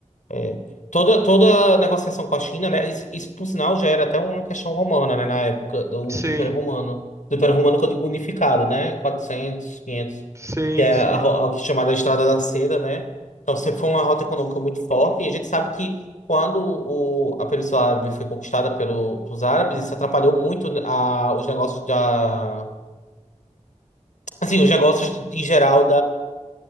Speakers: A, on the left (about 80°); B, on the right (about 25°).
A: É. Toda, toda negociação com a China, né? Isso, isso, por sinal, já era até uma questão romana, né? Na época do,
B: Sim,
A: do Império Romano. Do Império Romano, quando digo unificado, né? quatrocentos quinhentos
B: sim,
A: que é
B: sim,
A: a, ro- a que é chamada Estrada da Seda, né? Então, sempre foi uma rota econômica muito forte. E a gente sabe que quando o, a Península Árabe foi conquistada pelo, pelos árabes, isso atrapalhou muito a, os negócios da... Assim, os negócios em geral